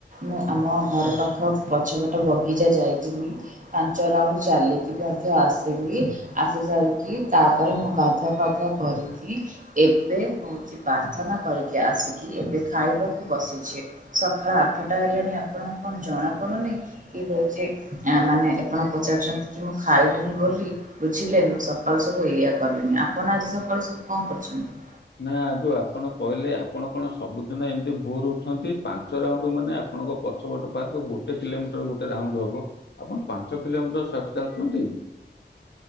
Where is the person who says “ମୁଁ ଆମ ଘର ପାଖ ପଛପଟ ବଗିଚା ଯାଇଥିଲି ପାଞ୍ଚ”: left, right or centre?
Right